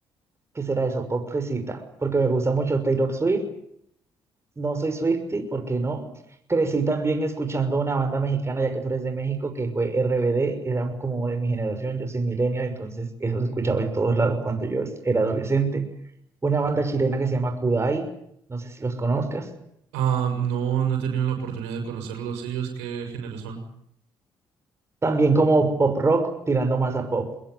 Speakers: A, on the right; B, on the right.
A: ¿qué será eso? Pop fresita, porque me gusta mucho Taylor Swift no soy Swiftie, ¿por qué no? Crecí también escuchando una banda mexicana, ya que tú eres de México, que fue RBD, era como de mi generación, yo soy millennial, entonces eso se escuchaba en todos lados cuando yo es- era adolescente. Una banda chilena que se llama Kudai, no sé si los conozcas.
B: Ah, no, no he tenido la oportunidad de conocerlos. ¿Ellos qué género son?
A: También como pop rock, tirando más a pop.